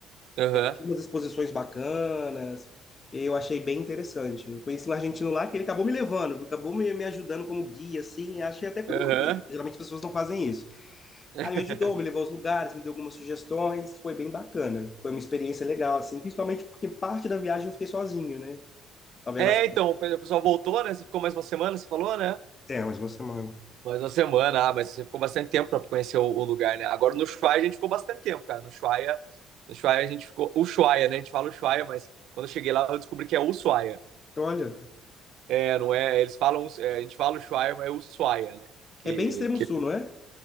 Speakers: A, on the right (about 70°); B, on the left (about 35°).
A: aham,
B: tinha umas exposições bacanas. Eu achei bem interessante. Eu conheci um argentino lá que ele acabou me levando, acabou me, me ajudando como guia, assim. Achei até curioso
A: aham.
B: isso. Geralmente as pessoas não fazem isso.
A: <laughs>
B: Aí me ajudou, me levou aos lugares, me deu algumas sugestões. Foi bem bacana. Foi uma experiência legal, assim. Principalmente porque parte da viagem eu fiquei sozinho, né? Talvez
A: É,
B: as...
A: então, o pessoal voltou, né? Você ficou mais uma semana, você falou, né?
B: É, mais uma semana.
A: Mais uma semana, ah, mas você ficou bastante tempo pra conhecer o, o lugar, né? Agora no Ushuaia a gente ficou bastante tempo, cara. No Ushuaia, no Ushuaia a gente ficou. Ushuaia, né? A gente fala Ushuaia, mas quando eu cheguei lá eu descobri que é Ushuaia.
B: Então, olha,
A: É, não é. Eles falam. é, a gente fala Ushuaia, mas é Ushuaia, né? Que,
B: é bem extremo
A: que
B: sul, não é?